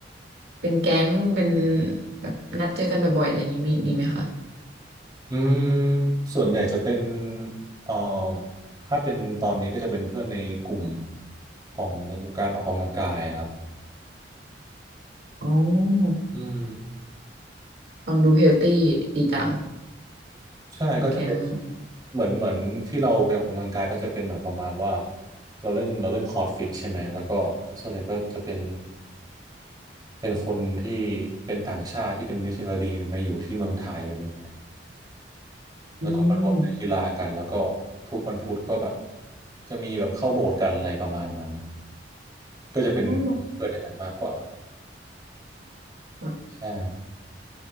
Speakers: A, on the right; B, on the right.
A: เป็นแก๊งเป็นแบบนัดเจอกันบ่อยๆอะไรอย่างงี้มีมีไหมคะ
B: อืมส่วนใหญ่จะเป็นเอ่อถ้าเป็นตอนนี้ก็จะเป็นเพื่อนในกลุ่มของการออกกำลังกายอะครับ
A: อ๋อ
B: อืม
A: ฟังดูเฮลตี้ดีจัง
B: ใช่ก็จะเป็น
A: เป็นแก๊ง
B: เหมือนเหมือนที่เราไปออกกำลังกายก็จะเป็นแบบประมาณว่าเราเล่นเราเล่นคอร์ดฟิตใช่ไหมแล้วก็ส่วนใหญ่ก็จะเป็น เป็นคนที่เป็นต่างชาติที่เป็นนิชนัลดีมาอยู่ที่เมืองไทยอะไรอย่างเงี้ยแล้วก็มารวมเล่นกีฬากันแล้วก็
A: อืม
B: ทุกวันพุธก็แบบจะมีแบบเข้าโบสถ์กันอะไรประมาณนั้นก็จะเป็นกลุ่มเพื่อนอย่างนั้นมากกว่า
A: อ๋อค่ะ
B: ใช่